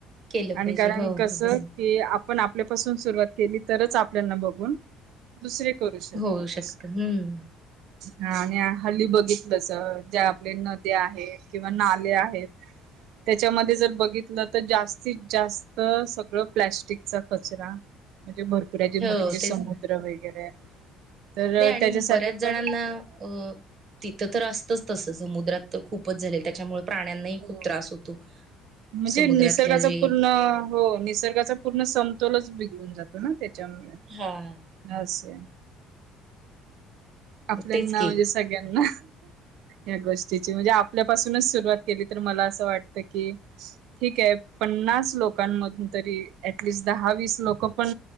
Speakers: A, on the right; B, on the right.
A: केलं
B: आणि
A: पाहिजे
B: कारण
A: हो
B: कस
A: हो
B: की
A: हो
B: आप आपण आपल्यापासून सुरवात केली, तरच आपल्याना बघून दुसरे करू शकत
A: होऊ
B: तसं.
A: शकतं हम्म
B: हा आणि हल्ली बघितलंस ज्या आपले, नद्या आहेत किंवा नाले आहेत. त्याच्यामध्ये जर बघितलं. तर जास्तीत जास्त सगळं प्लॅस्टिकचा कचरा. म्हे भरपुऱराचे
A: हो
B: मोठे मोठे समुद्र
A: तेच ना
B: वगैरे तर
A: नाही आणि
B: त्याच्यासाठी
A: बऱ्याच जणांना
B: पण
A: अ तिथं तर असतच. तस समुद्रात तर खूपच झालेल, त्याच्यामुळे प्राण्यांनाही
B: हो
A: खूप त्रास होतो.
B: म्हणजे
A: समुद्रातल्या
B: निसर्गाचा
A: जे
B: पूर्ण हो निसर्गाचा पूर्ण समतोलच बिघडून जातो ना, त्याच्यामुळे
A: हा
B: असं आहे. आपल्यांना
A: तेच की
B: म्हणजे, सगळ्यांना या गोष्टी तेची म्हणजे आपल्या पासूनचं सुरू वात केली तर, मला असं वाटतं की ठीक आहे पन्नास लोकांमधून तरी अँटलीस वीस धा वीस लोक पण,